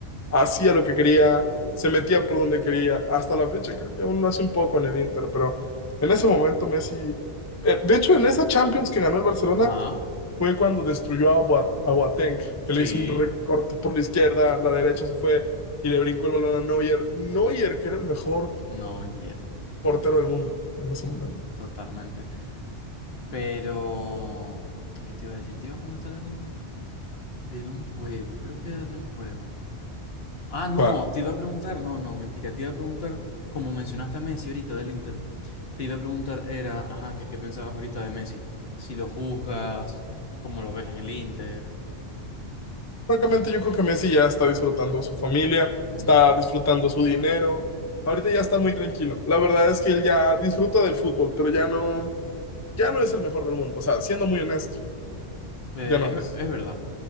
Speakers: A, on the left; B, on the left.
A: hacía lo que quería, se metía por donde quería, hasta la fecha creo que aún lo hace un poco en el Inter, pero en ese momento Messi, eh, de hecho en esa Champions que ganó el Barcelona
B: Ajá,
A: fue cuando destruyó a, Boa- a Boateng, que
B: sí,
A: le hizo un recorte por la izquierda, la derecha se fue y le brincó el balón a Neuer. Neuer, que era el mejor
B: no, ayer,
A: portero del mundo en ese momento.
B: totalmente. Pero, ¿qué te iba a decir? ¿Te iba a comentar algo? De un juego, creo que era de un juego. Ah, no,
A: ¿Cuál?
B: te iba a preguntar, no, no, mentira, te iba a preguntar, como mencionaste a Messi ahorita del Inter, te iba a preguntar, era, ajá, que qué pensabas ahorita de Messi, si lo juzgas, cómo lo ves en el Inter.
A: Francamente, yo creo que Messi ya está disfrutando su familia,
B: Ujú.
A: está disfrutando su dinero. Ahorita ya está muy tranquilo. La verdad es que él ya disfruta del fútbol, pero ya no, ya no es el mejor del mundo. O sea, siendo muy honesto,
B: Eh,
A: ya no
B: es,
A: es.
B: es verdad,